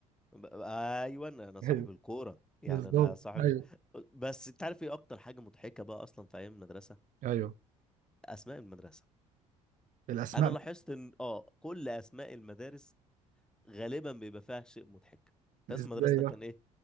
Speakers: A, in the centre; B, on the right (about 50°).
A: ب- ايوه انا صاحب
B: ايوه
A: الكورة يعني
B: بالظبط
A: انا صاحب
B: ايوه
A: ال- بس انت عارف ايه اكتر حاجة مضحكة بقى اصلا في ايام المدرسة
B: ايوه
A: اسماء المدرسة
B: الأسماء
A: انا لاحظت ان اه كل اسماء المدارس غالبا بيبقى فيها شيء مضحك انت
B: إزاي
A: اسم مدرستك
B: بقى؟
A: كان ايه